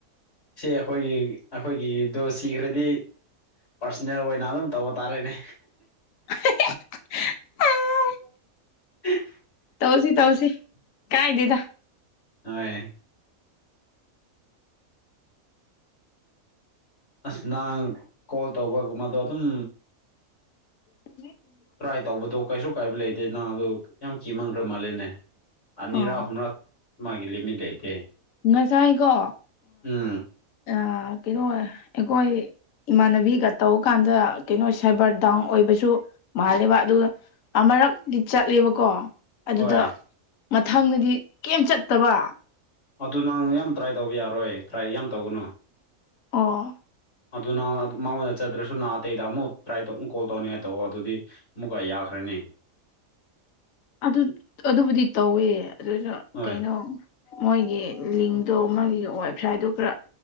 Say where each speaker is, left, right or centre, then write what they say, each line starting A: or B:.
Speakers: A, on the left; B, on the left.
A: ꯁꯤ ꯑꯩꯈꯣꯏꯒꯤ ꯑꯩꯈꯣꯏꯒꯤꯗꯣ ꯁꯤꯈ꯭ꯔꯗꯤ ꯄꯥꯔꯁꯣꯅꯦꯜ ꯑꯣꯏꯅ ꯑꯗꯨꯝ ꯇꯧꯕ ꯇꯥꯔꯦꯅꯦ
B: ꯑ
A: ꯎꯝ
B: ꯇꯧꯁꯤ ꯇꯧꯁꯤ ꯀꯥꯏꯗꯦꯗ
A: ꯑꯣꯏ ꯑꯁ ꯅꯍꯥꯟ ꯀꯣꯜ ꯇꯧꯕꯒꯨꯝꯕꯗꯣ ꯑꯗꯨꯝ
B: <inaudible>
A: ꯇ꯭ꯔꯥꯏ ꯇꯧꯕꯗꯣ ꯀꯩꯁꯨ ꯀꯥꯏꯕ ꯂꯩꯇꯦ ꯅꯪ ꯑꯗꯨ ꯌꯥꯝ ꯀꯤ ꯃꯪꯈ꯭ꯔ ꯃꯥꯜꯂꯦꯅꯦ ꯑꯅꯤꯔ
B: ꯑꯣ
A: ꯍꯨꯝ꯭ꯔ ꯃꯥꯒꯤꯂꯤꯃꯤ ꯂꯩꯇꯦ
B: ꯉꯁꯥꯏꯀꯣ
A: ꯎꯝ
B: ꯑ ꯀꯩꯅꯣ ꯑꯩꯈꯣꯏ ꯏꯃꯥꯟꯅꯕꯤꯒ ꯇꯧꯕ ꯀꯥꯟꯗ ꯀꯩꯅꯣ ꯁꯥꯏꯕꯔ ꯗꯥꯎꯟ ꯑꯣꯏꯕꯁꯨ ꯃꯥꯂꯦꯕ ꯑꯗꯨ ꯑꯃꯨꯔꯛꯇꯤ ꯆꯠꯂꯦꯕꯀꯣ ꯑꯗꯨꯗ
A: ꯍꯣꯏ
B: ꯃꯊꯪꯗꯗꯤ ꯀꯦꯝꯝ ꯆꯠꯇꯕ
A: ꯑꯗꯨ ꯅꯪ ꯌꯥꯝ ꯇ꯭ꯔꯥꯏ ꯇꯧꯕ ꯌꯥꯔꯣꯏ ꯇ꯭ꯔꯥꯏ ꯌꯥꯝ ꯇꯧꯒꯅꯨ
B: ꯑꯣ
A: ꯑꯗꯨ ꯅꯪ ꯃꯉꯣꯟꯗ ꯆꯠꯇ꯭ꯔꯁꯨ ꯅꯍ ꯑꯇꯩꯗ ꯑꯃꯨꯛ ꯇ꯭ꯔꯥꯏ ꯇ ꯑꯃꯨꯛ ꯀꯣꯜ ꯇꯧꯅꯤꯡꯉꯥꯏ ꯇꯧꯕ ꯑꯗꯨꯗꯤ ꯃꯀꯥꯏ ꯑꯈꯔꯅꯦ
B: ꯑꯗꯨ ꯑꯗꯨꯕꯨꯗꯤ ꯇꯧꯋꯦ ꯑꯗꯨ
A: ꯍꯣꯏ
B: ꯀꯩꯅꯣ ꯃꯣꯏꯒꯤ ꯂꯤꯡꯇꯣ ꯃꯣꯏꯒꯤ ꯋꯦꯕꯁꯥꯏꯠꯇꯣ ꯈꯔ